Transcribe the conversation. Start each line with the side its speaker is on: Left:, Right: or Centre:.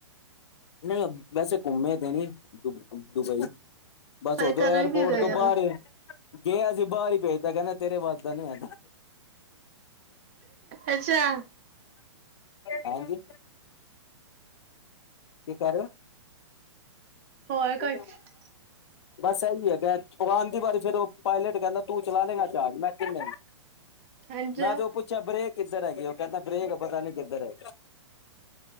Left: ਨਹੀਂ, ਵੈਸੇ ਘੁੰਮੇ ਤੇ ਨੀ ਦੁਬਈ। ਬਸ
Right: ਪਰ
Left: ਉਦੋਂ
Right: ਕਰਨ
Left: ਏਅਰਪੋਰਟ
Right: ਕੀ ਗਏ
Left: ਤੋਂ
Right: ਯਾਰ
Left: ਬਾਹਰ, ਗਿਆ ਸੀ ਬਾਹਰ ਹੀ ਭੇਜਤਾ ਕਹਿੰਦਾ ਤੇਰੇ ਵੱਜ ਦਾ ਨੀ ਹੈਗਾ।
Right: ਅੱਛਾ।
Left: ਹਾਂਜੀ। ਕੀ ਕਹਿ ਰਹੇ
Right: ਹੋਰ
Left: ਹੋ?
Right: <unintelligible>
Left: ਬਸ ਇਹੀ ਹੈਗਾ ਉਹ ਆਂਦੀ ਵਾਰੀ ਜਦੋਂ ਪਾਇਲਟ ਕਹਿੰਦਾ ਤੂੰ ਚਲਾ ਲੇਂਗਾ ਜਹਾਜ, ਮੈਂ ਕਿਹਾ ਨਹੀਂ।
Right: ਅੱਛਾ
Left: ਮੈਂ ਤੇ ਉਹ ਪੁੱਛਿਆ ਬ੍ਰੇਕ ਕਿੱਧਰ ਹੈਗੀ ਉਹ ਕਹਿੰਦਾ ਬ੍ਰੇਕ ਪਤਾ ਨੀ ਕਿੱਧਰ ਹੈ।